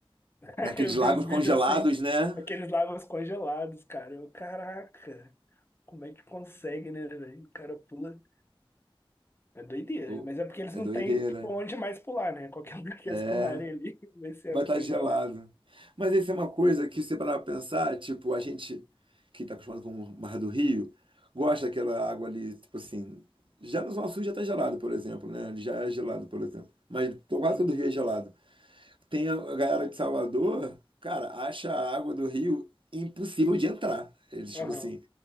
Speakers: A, on the left (about 25°); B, on the right (about 65°).
A: <laughs>
B: Naqueles
A: Eu
B: lagos
A: vi os vídeos
B: congelados,
A: assim,
B: né?
A: aqueles lagos congelados, cara. Eu, caraca, como é que consegue, né, velho? O cara pula. É doideira,
B: O-
A: mas é porque eles
B: É
A: não
B: doideira.
A: têm pra onde mais pular, né? Qualquer <laughs> lugar que
B: É,
A: eles pularem ali <laughs> vai ser
B: vai
A: água
B: estar
A: congelada.
B: gelado. Mas isso é uma coisa que, se você parar pra pensar, tipo, a gente que está acostumado com o Mar do Rio, gosta daquela água ali, tipo assim. Já no Zona Sul já está gelado, por exemplo, né? Já é gelado, por exemplo. Mas to- quase
A: Uhum.
B: todo o Rio é gelado. tem a galera de Salvador, cara, acha a água do rio impossível de entrar. Eles, tipo
A: Aham.
B: assim,